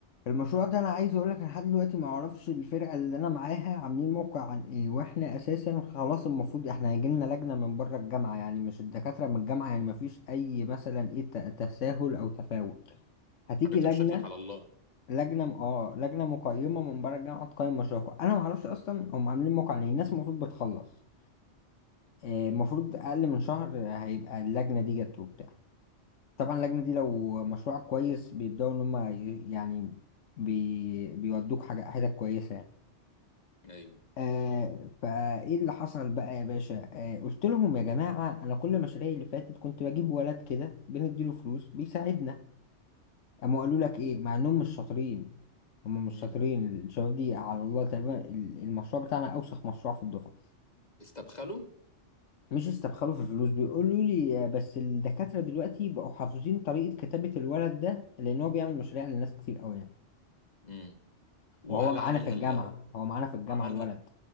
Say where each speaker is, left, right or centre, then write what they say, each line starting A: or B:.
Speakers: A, on the left; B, on the left.
A: المشروع ده انا عايز اقول لك انا لحد دلوقتي ما اعرفش الفرقه اللي انا معاها عاملين موقع عن ايه واحنا اساسا خلاص المفروض احنا هيجي لنا لجنه من بره الجامعه يعني مش الدكاتره من الجامعه يعني ما فيش اي مثلا ايه ت- تساهل او تفاوت هتيجي
B: حاجاتك
A: لجنه
B: شكلك على الله
A: لجنه م- اه لجنه مقيمه من بره الجامعه تقيم مشروعكم انا ما اعرفش اصلا هم عاملين موقع عن ايه الناس المفروض بتخلص آه، المفروض اقل من شهر هيبقى اللجنه دي جت وبتاع طبعا اللجنة دي لو مشروعك كويس بيبدأوا إن هما ي- يعني بي بيودوك حاجة حتت كويسة يعني
B: ايوه
A: آه فإيه اللي حصل بقى يا باشا آه قلت لهم يا جماعة أنا كل مشاريعي اللي فاتت كنت بجيب ولد كده بنديله فلوس بيساعدنا أما قالوا لك إيه مع إنهم مش شاطرين هما مش
B: مم.
A: شاطرين الشباب دي على الله تقريبا ال- المشروع بتاعنا أوسخ مشروع في الدفعة
B: استبخله
A: مش استبخلوا في الفلوس بيقولوا لي آه، بس الدكاترة دلوقتي بقوا حافظين طريقة كتابة الولد ده لأن هو بيعمل مشاريع لناس كتير أوي يعني
B: مم. وهل
A: وهو معانا
B: عاملها
A: في الجامعة
B: ال...
A: هو معانا في الجامعة
B: عملها
A: الولد